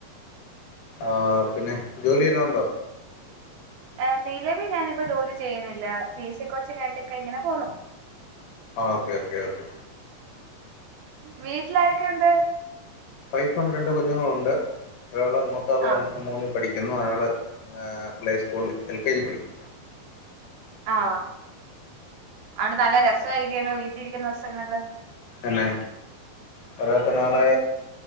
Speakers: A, on the left; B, on the right.
A: ഓഊ പിന്നെ ജോലി വല്ലോ ഉണ്ടോ
B: ഏ നിലവിൽ ഞാനിപ്പോ ജോലി ചെയ്യുന്നില്ല പി എസ് സി കോച്ചിങ് ആയിട്ടൊക്കെ ഇങ്ങനെ പോന്നു
A: ആ ഓക്കെ ഓക്കെ ഓക്കെ
B: വീട്ടിലാരൊക്കെയുണ്ട്
A: വൈഫും രണ്ട് കുഞ്ഞുങ്ങളുണ്ട് ഒരാളെ മൂത്തവളെ
B: ആഹ്
A: രണ്ട് മൂന്നി പഠിക്ക- ഒരാളെ ഏ പ്ലേസ്കൂ മൂന്ന് എൽ കെ ജി പഠിക്ക
B: ആ അവിടെ നല്ല രസായിരിക്യുവല്ലോ
A: ആ
B: വീട്ടീരിക്കുന്ന ദൊസ് ദിവസങ്ങളിലെ
A: പിന്നെ അവരൊക്കെ നാളേ